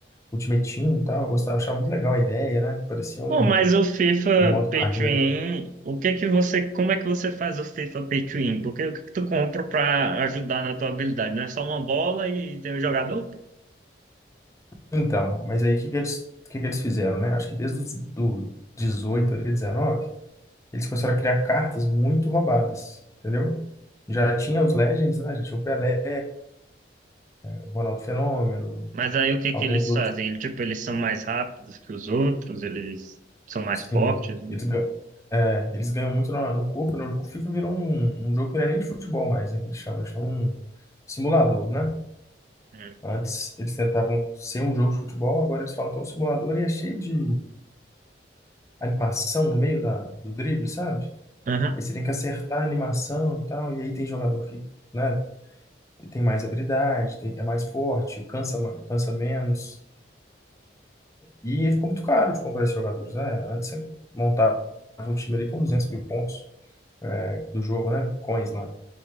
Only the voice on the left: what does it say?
Ultimate Team e tal, eu gostava, achava muito legal a ideia, né? Parecia um,
um modo
carreira.
Então, mas aí o que que eles, o que que eles fizeram, né? Acho que desde os do 18 ali, 19 eles começaram a criar cartas muito roubadas, entendeu? Já tinha os Legends, né? Já tinha o Pelé, o Ronaldo Fenômeno,
alguns
outros
Sim,
eles, ga- é, eles ganham muito na- no corpo, né? O FIFA virou um, um jogo que não é nem de futebol mais, né? Que eles chamam, eles têm um simulador, né?
Antes eles tentavam ser um jogo de futebol, agora eles falam que é um simulador e é cheio de animação no meio da, do drible, sabe?
Aí você tem que acertar a animação e tal, e aí tem jogador que, né, tem mais habilidade, tem- é mais forte, cansa, ma- cansa menos. E ficou muito caro de comprar esses jogadores, né? Antes você montava um time ali com 200 mil pontos. é, do jogo, né? Coins lá.